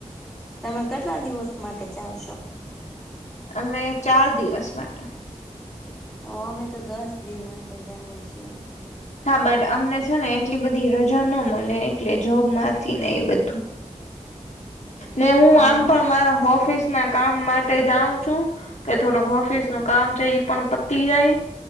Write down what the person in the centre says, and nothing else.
તમે કેટલા દિવસ માટે જાઓ છો?
ઓ અમે તો દસ દિિવમાં જાએ છીએ.
હમ
અમે
તો